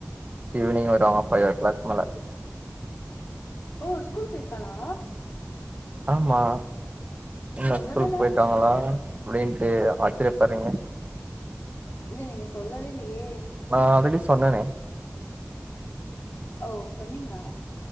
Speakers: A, on the right; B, on the left.
A: ஈவினிங் வருவாங்க ஃபைவ் ஓ கிளாக் மேல
B: ஓ ஸ்கூல் போயிருக்காளா?
A: ஆமா என்ன
B: சொல்லவே
A: ஸ்கூல்
B: இல்ல
A: போயிருக்காங்களா அப்பிடின்ட்டு ஆச்சிரியப்பறீங்க
B: இல்ல நீங்க சொல்லவே இல்லயே
A: நா ஆல்ரெடி சொன்னனே
B: ஓ சொன்னீங்களா